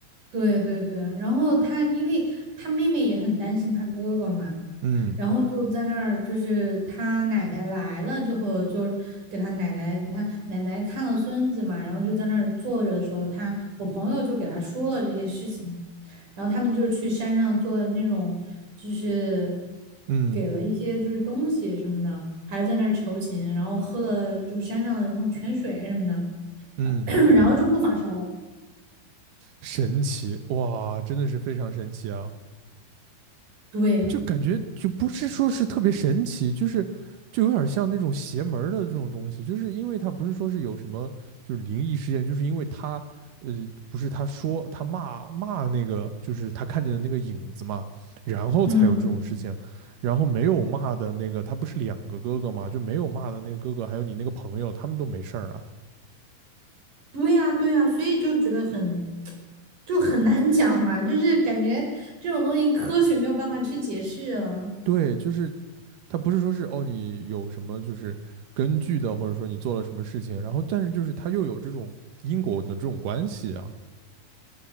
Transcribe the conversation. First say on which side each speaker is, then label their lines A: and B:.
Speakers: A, on the right; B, on the right.
A: 对对对，然后他因为他妹妹也很担心他哥哥嘛，
B: 嗯
A: 然后就在那儿，就是他奶奶来了之后，就给他奶奶，他奶奶看了孙子嘛，然后就在那儿坐着的时候，他我朋友就给他说了这些事情。然后他们就是去山上做的那种，就是
B: 嗯
A: 给了一些就是东西什么的，还是在那儿求情，然后喝了就是山上的那种泉水什么的，
B: 嗯，
A: <coughs> <clears throat> 然后就不发烧了。
B: 神奇哇，真的是非常神奇啊。
A: 对，
B: 就感觉就不是说是特别神奇，就是就有点像那种邪门儿的这种东西，就是因为他不是说是有什么就是灵异事件，就是因为他呃不是他说他骂骂那个就是他看见的那个影子嘛，然后才有这种事情，
A: 嗯，
B: 然后没有骂的那个他不是两个哥哥嘛，就没有骂的那个哥哥还有你那个朋友他们都没事儿啊，
A: 对呀，对呀，所以就觉得很就很难讲嘛，就是感觉这种东西科学没有办法去解释啊。
B: 对，就是它不是说是哦，你有什么就是根据的，或者说你做了什么事情，然后但是就是它又有这种因果的这种关系啊。